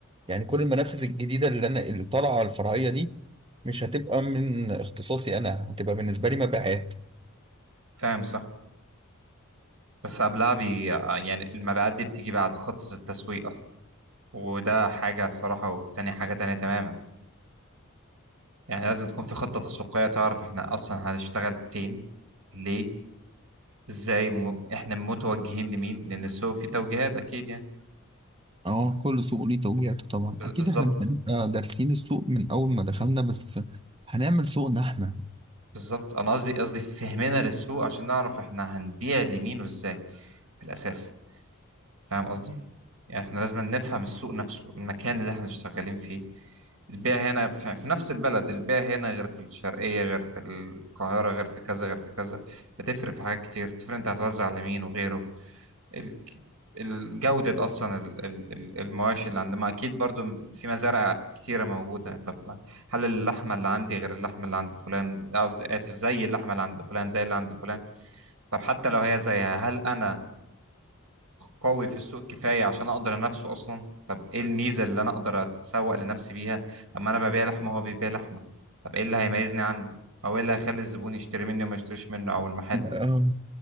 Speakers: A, on the right; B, on the right.
A: يعني كل المنافذ الجديدة اللي أنا اللي طالعة الفرعية دي مش هتبقى من اختصاصي أنا هتبقى بالنسبة لي مبيعات
B: فاهم صح بس قبلها بي آه، يعني المبيعات دي بتيجي بعد خطة التسويق اصلا وده حاجة الصراحة والتانية حاجة تانية تماما يعني لازم تكون في خطة تسويقية تعرف احنا اصلا هنشتغل فين ليه ازاي م... احنا متوجهين لمين لان السوق فيه توجيهات اكيد يعني
A: اه كل سوق ليه توجيهاته طبعا
B: بز-
A: اكيد
B: بالظبط
A: احنا مش هنبقى دارسين السوق من اول ما دخلنا بس هنعمل سوقنا احنا
B: بالظبط انا قصدي قصدي فهمنا للسوق عشان نعرف احنا هنبيع لمين وازاي في الاساس فاهم قصدي؟ يعني احنا لازم نفهم السوق نفسه المكان اللي احنا شغالين فيه البيع هنا في, في نفس البلد البيع هنا غير في الشرقية غير في القاهرة غير في كذا غير في كذا بتفرق في حاجات كتير بتفرق انت هتوزع على مين وغيره ال- الجودة أصلا ال- ال- ال- المواشي اللي عندنا ما أكيد برضو في مزارع كتيرة موجودة طب ما- هل اللحمة اللي عندي غير اللحمة اللي عند فلان قصدي آسف زي اللحمة اللي عند فلان زي اللي عند فلان طب حتى لو هي زيها هل أنا قوي في السوق كفايه عشان اقدر انافسه اصلا طب ايه الميزه اللي انا اقدر اتسوق لنفسي بيها طب ما انا ببيع لحمه وهو بيبيع لحمه طب ايه اللي هيميزني عنه او ايه اللي هيخلي الزبون يشتري مني وما يشتريش منه او المحل
A: آه،